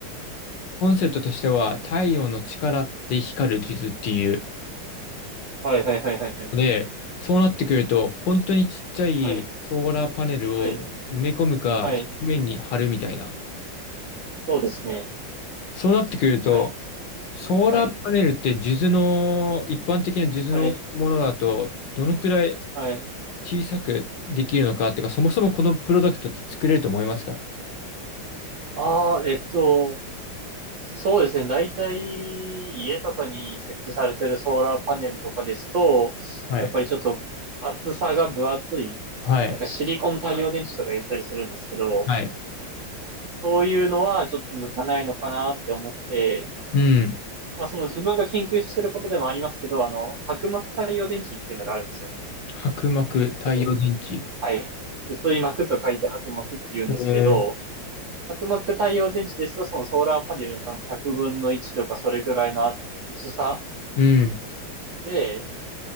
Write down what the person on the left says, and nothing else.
コンセプトとしては太陽の力で光る数珠っていう。
で、そうなってくると本当にちっちゃいソーラーパネルを埋め込むか、
表面に貼るみたいな。
そうなってくると、
ソーラーパネルって数珠の、
一般的な数珠のものだと、
どのくらい
小さくできるのかっていうか、そもそもこのプロダクトって作れると思いますか
はい。
はい。
はい。
うん。
薄膜、太陽電池。
えー、
うん。